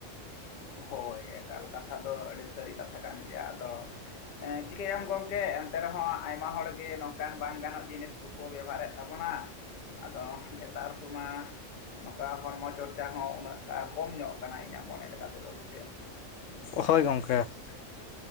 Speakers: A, on the left; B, on the left.
A: ᱦᱳᱭ᱾ ᱮᱠᱟᱞ ᱠᱟᱛᱷᱟ ᱫᱚ ᱟᱹᱰᱤ ᱥᱟᱹᱨᱤ ᱠᱟᱛᱷᱟ ᱠᱟᱱ ᱜᱮᱭᱟ ᱟᱫᱚ ᱮᱸᱻ ᱪᱤᱠᱟᱹᱭᱟᱢ ᱜᱚᱢᱠᱮ ᱮᱱᱛᱮ ᱨᱮᱦᱚᱸ ᱟᱭᱢᱟ ᱦᱚᱲ ᱜᱮ ᱱᱚᱝᱠᱟᱱ ᱵᱟᱝ ᱜᱟᱱᱚᱜ ᱡᱤᱱᱤᱥ ᱛᱩ ᱠᱚ ᱵᱮᱵᱷᱟᱨᱮᱫ ᱛᱟᱵᱚᱱᱟ ᱟᱫᱚ ᱱᱮᱛᱟᱨ ᱠᱚᱢᱟ ᱱᱚᱝᱠᱟ ᱦᱚᱲᱢᱚ ᱪᱚᱨᱪᱟ ᱦᱚᱸ ᱩᱱᱟᱹᱜᱴᱟ ᱠᱚᱢ ᱧᱚᱜ ᱠᱟᱱᱟ ᱤᱧᱟᱹᱜ ᱢᱚᱱᱮ ᱞᱮᱠᱟ ᱛᱮᱫᱚ ᱥᱮ ᱪᱮᱫ?
B: ᱦᱳᱭ ᱜᱚᱢᱠᱮ ᱾